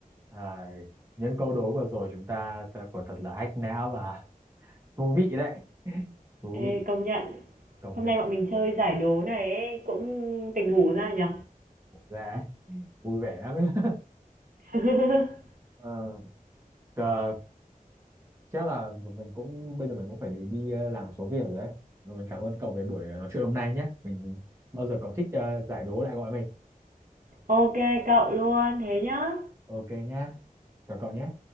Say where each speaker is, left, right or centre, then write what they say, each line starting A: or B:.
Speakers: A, on the right; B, on the right.
A: À, những câu đố vừa rồi chúng ta ta quả thật là hack não và <laughs> thú vị đấy thú
B: Ê,
A: vị
B: công nhận.
A: công
B: Hôm
A: nhận
B: nay bọn mình chơi giải đố này ấy, cũng tỉnh ngủ ra nhỉ?
A: ra vui vẻ lắm <laughs>
B: <laughs>
A: Ờ, ờ, chắc là mình cũng bây giờ mình cũng phải đi, đi ờ, làm một số việc rồi đấy và mình cảm ơn cậu về buổi ờ, nói chuyện hôm nay nhé mình bao giờ cậu thích ờ, giải đố lại gọi mình
B: OK cậu luôn thế nhá
A: ok nhá chào cậu nhé